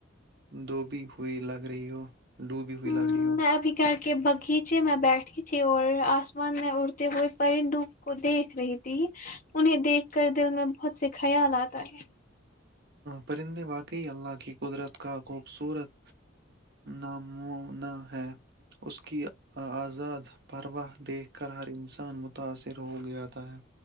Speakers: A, on the right; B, on the left.
A: دب ہوئی لگ رہی ہو ڈوبی ہوئی
B: میں
A: لگ رہی ہو
B: ابھی گھر کے باغیچے میں بیٹھی تھی اور آسمان میں اڑتے ہوئے پرندو کو دیکھ رہی تھی انہیں دیکھ کر دل میں بہت سے خیال آتا ہے
A: پرندے واقعی اللہ کی قدرت کا خوبصورت نامنا ہے اس کی آزاد پرواہ دیکھ کر ہر انسان متاثر ہو گاتا ہے